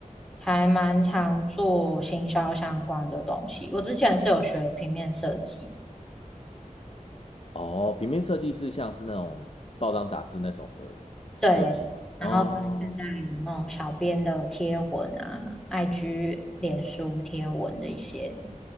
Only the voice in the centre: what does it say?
还蛮常做行销相关的东西。我之前是有学平面设计，
对，然后跟现在有那种小编的贴文啊、
IG、脸书贴文这一些，